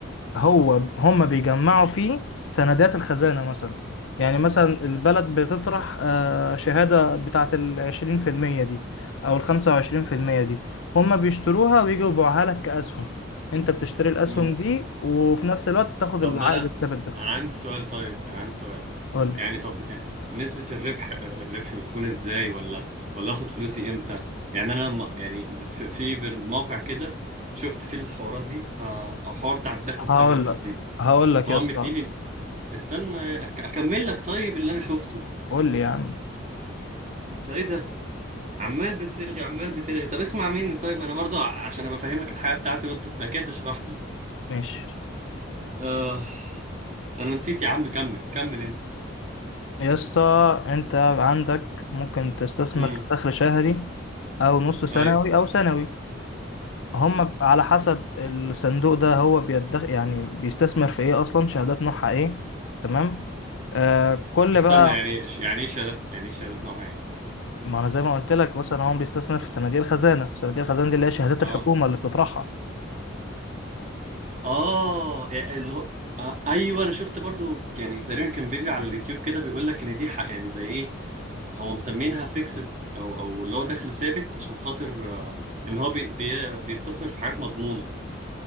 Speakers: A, on the left; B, on the right.
A: هو هم بيجمعوا فيه سندات الخزانة مثلا يعني مثلا البلد بتطرح آه، شهادة بتاعة العشرين في المية دي أو الخمسة وعشرين في المية دي هم بيشتروها ويجوا يبيعوها لك كأسهم أنت بتشتري الأسهم
B: ما
A: دي وفي نفس الوقت تاخد
B: طب
A: العائد
B: ما انا
A: الثابت ده
B: انا عندي سؤال طيب انا عندي سؤال
A: قول لي
B: يعني طب يعني نسبة الربح الربح بتكون ازاي ولا ولا اخد فلوسي امتى يعني انا لما- يعني في في بر- موقع كده شفت فيه الحوارات دي فالحوار بتاع الدخل السلبي
A: هقول
B: ده تحديدا
A: لك هقول لك
B: هو
A: يا اسطى
B: مديني استنى أك- اكمل لك طيب اللي انا شفته
A: قول لي يا عم
B: انت ايه ده عمال بترغي عمال بترغي طب اسمع مني طيب ما انا برضه ع- عشان ابقى فاهمك الحياة بتاعتي وانت أنت كده تشرح لي
A: ماشي
B: آه انا نسيت يا عم كمل كمل انت
A: يا اسطى أنت عندك ممكن تستثمر
B: امم
A: كدخل شهري أو نص سنوي
B: ايوه
A: أو سنوي هم على حسب الصندوق ده هو بيدخ يعني بيستثمر في ايه اصلا شهادات نوعها ايه تمام آه كل
B: استنى
A: بقى
B: يعني يعني ايه شهادات يعني ايه شهادات نوعها ايه؟
A: ما انا زي ما قلت لك مثلا هو بيستثمر في صناديق الخزانه صناديق الخزانه دي اللي هي شهادات
B: اه
A: الحكومه اللي بتطرحها
B: اه يعني اللي هو آه ايوه انا شفت برضو يعني تقريبا كان فيديو على اليوتيوب كده بيقول لك ان دي حق يعني زي ايه هو مسمينها فيكسد او او اللي هو دخل ثابت عشان خاطر آه ان هو بي بي بيستثمر في حاجات مضمونه